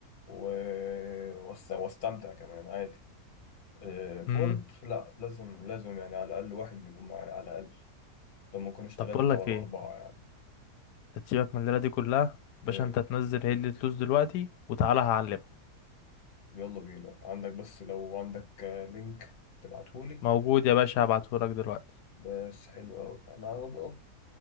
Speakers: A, on the left; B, on the left.
A: و... وأست- واستمتع كمان عادي آه، فورد
B: امم
A: لا لازم لازم يعني على الأقل واحد بيكون معايا على الأقل لما يكونوش
B: طب
A: تلاتة
B: بقول لك
A: ولا
B: ايه
A: أربعة يعني
B: أنت تسيبك من الليله دي كلها باشا
A: إيه،
B: انت تنزل هي اللي فلوس دلوقتي وتعالى هعلمك
A: يلا بينا عندك بس لو عندك آه، لينك تبعتهولي
B: موجود يا باشا هبعتهولك دلوقتي
A: بس حلو أوي أنا هبقى